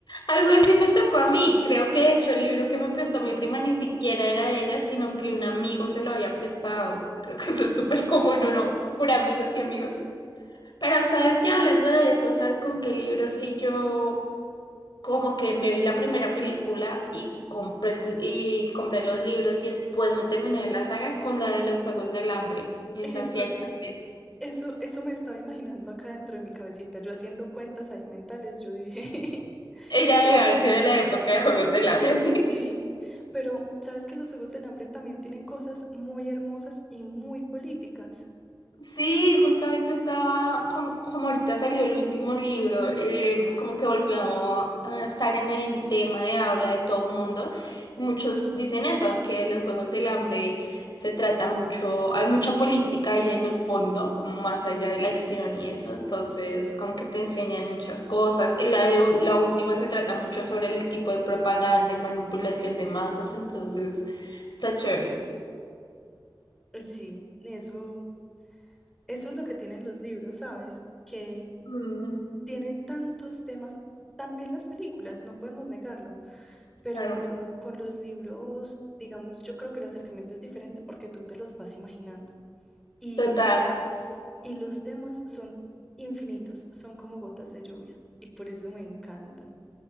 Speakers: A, on the left (about 65°); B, in the centre.
A: Algo así me tocó a mí. Creo que de hecho el libro que me prestó mi prima ni siquiera era de ella, sino que un amigo se lo había prestado. Creo que eso es súper común, uno por amigos y amigos. Pero sabes que hablando de eso, ¿sabes con qué libro sí yo como que me vi la primera película y compré, y compré los libros y después me terminé de ver la saga con la de los Juegos del Hambre? Esa
B: Eso
A: sí alcancé.
B: es, eso, eso me estaba imaginando acá dentro de mi cabecita, yo haciendo cuentas ahí mentales, yo dije, <laughs>
A: Ella
B: seguro.
A: debe haber sido de la época de Juegos del Hambre.
B: Sí, pero sabes que los Juegos del Hambre también tienen cosas muy hermosas y muy políticas.
A: Sí, justamente estaba, como, como ahorita salió el último libro, eh, como que volvió a estar en el tema de habla de todo mundo. Y muchos dicen eso, que los Juegos del Hambre se trata mucho, hay mucha política ahí en el fondo, como más allá de la acción y eso. Entonces, como que te enseñan muchas cosas. Y La, de- la última se trata mucho sobre el tipo de propaganda y manipulación de masas, entonces está chévere.
B: Sí, eso, eso es lo que tienen los libros, ¿sabes? Que
A: Mm,
B: tienen tantos temas, también las películas, no podemos negarlo, pero
A: claro,
B: con los libros, digamos, yo creo que el acercamiento es diferente porque tú te los vas imaginando. Y,
A: total.
B: y los temas son infinitos, son como gotas de lluvia, y por eso me encantan.